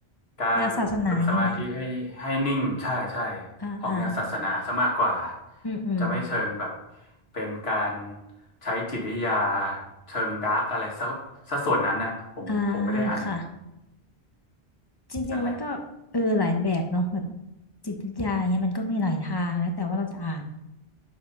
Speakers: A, on the left; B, on the left.
A: การฝึกสมาธิให้ให้นิ่งใช่ใช่
B: แนวศาสนาอย่างนี้ไหมอ่าอ่า
A: ออกแนวศาสนาซะมากกว่า
B: อืมอืม
A: จะไม่เชิงแบบเป็นการใช้จิตวิทยาเชิงดาร์กอะไรซะซะส่วนนั้นน่ะผมผมไม่ได้อ่านอย่างนั้น
B: อ่าค่ะจริงๆมันก็เออหลายแบบเนาะแบบ
A: นั่นแหละ
B: จิตวิทยาอย่างเงี้ยมันก็มีหลายทางแล้วแต่ว่าเราจะอ่าน